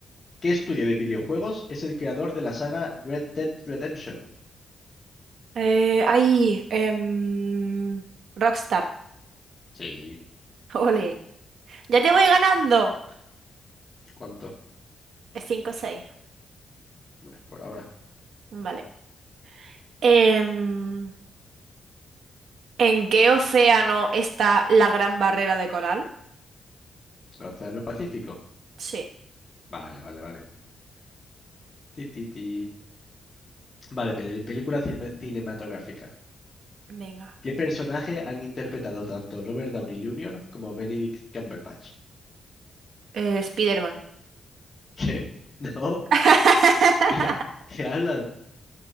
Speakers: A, on the left (about 30°); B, on the right (about 75°).
A: ¿Qué estudio de videojuegos es el creador de la saga Red Dead Redemption?
B: Eh, ahí, em, Rockstar.
A: Sí.
B: Ole. Ya te voy ganando.
A: ¿Cuánto?
B: Cinco, seis.
A: Eh, Por ahora.
B: Vale. Em, ¿en qué océano está la Gran Barrera de Coral?
A: ¿El Océano Pacífico?
B: Sí,
A: Vale, vale, vale. Ti, ti, ti. Vale, pe- película cine- cinematográfica.
B: venga.
A: ¿Qué personaje han interpretado tanto Robert Downey Jr. como Benedict Cumberbatch?
B: Eh, Spiderman.
A: ¿Qué? No.
B: <laughs>
A: <laughs> ¿Qué habla